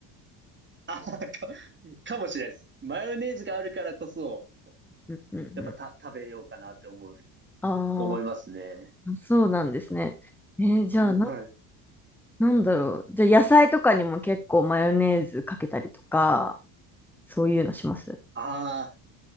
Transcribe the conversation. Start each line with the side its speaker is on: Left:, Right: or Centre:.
Right: あ、か、かもしれないです。マヨネーズがあるからこそ、
Centre: なうんうん。
Right: やっぱた、食べようかなって思う、
Centre: あ
Right: 思いますね。
Centre: あ、そうなんですね。えーじゃあな、
Right: はい。
Centre: なんだろう。じゃあ野菜とかにも結構マヨネーズかけたりとか、そういうのします
Right: あ